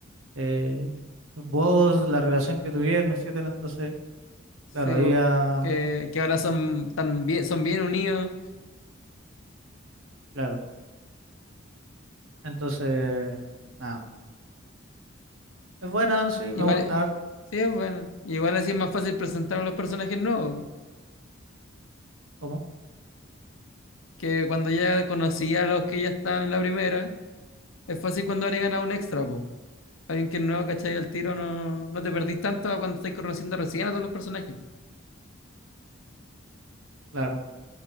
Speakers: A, on the right; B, on the left.
A: eh, vos, la relación que tuvieron, etcétera. Entonces,
B: Sí,
A: claro, ahí
B: po.
A: ya,
B: Que, que ahora son tan bien, son bien unidos.
A: claro. Entonces, nada. Es buena, sí, me
B: Igual,
A: gusta harto,
B: sí, es bueno. Igual así es más fácil presentar a los personajes nuevos.
A: como,
B: Que cuando ya conocía a los que ya están en la primera, es fácil cuando agregan a un extra, po. Alguien que es nuevo, ¿cachai? Al tiro no, no te perdís tanto a cuando estás conociendo recién a todos los personajes.
A: claro.